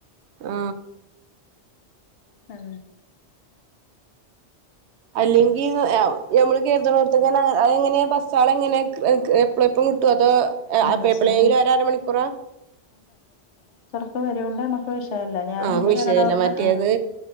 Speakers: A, on the right; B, on the left.
A: ആ
B: ആ ആ
A: അല്ലെങ്കി ന ഞമ്മള് കെരുതുനോട്ത്കന്നെ അ അങ്ങനെയാ ബസ്സ്‌ സാളെങ്ങനെ എപ്പളും എപ്പളും കിട്ടോ അത്
B: ബസ്സാണ്
A: എപ്പളേലും ഒര് അര മണിക്കൂറാ
B: ക്കവരോണ്ട് നമ്മക്ക് വിഷയല്ല ഞാൻ
A: ആഹ്
B: ന്റെ
A: വിഷയല്ല
B: പെരടെ അവിടുന്ന്
A: മറ്റേത്
B: ആ